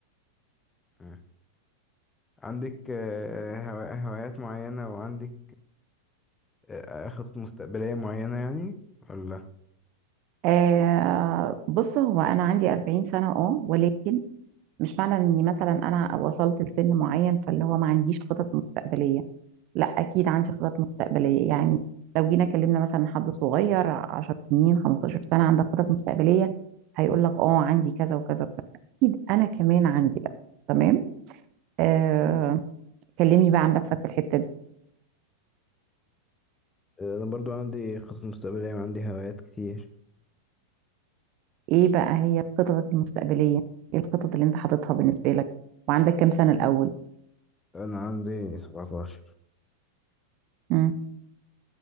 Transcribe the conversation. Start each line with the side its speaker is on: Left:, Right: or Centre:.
Left: مم. عندك آه... هوا- هوايات معينة وعندك آه... خطط مستقبلية معينة يعني ولا؟
Right: آه بص هو أنا عندي 40 سنة أه ولكن مش معنى إني مثلا أنا وصلت لسن معين فاللي هو ما عنديش خطط مستقبلية لا اكيد عندي خطط مستقبليه يعني لو جينا كلمنا مثلا حد صغير 10 سنين 15 سنه عندك خطط مستقبليه هيقول لك اه عندي كذا وكذا وكذا اكيد انا كمان عندي بقى تمام آه كلمني بقى عن نفسك في الحته دي
Left: آه، أنا برضو عندي خطط مستقبلية وعندي هوايات كتير
Right: ايه بقى هي خططك المستقبليه ايه الخطط اللي انت حاططها بالنسبه لك وعندك كام سنه الاول
Left: أنا عندي 17
Right: مم.